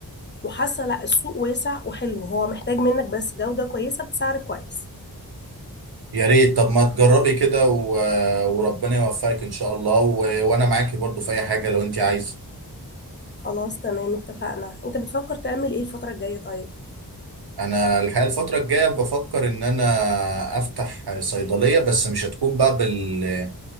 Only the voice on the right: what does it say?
يا ريت طب ما تجربي كده و... وربنا يوفقك ان شاء الله و... وانا معاكي برضو في اي حاجه لو انت عايزه
انا الحقيقه الفتره الجايه بفكر ان انا افتح صيدليه بس مش هتكون بقى بال...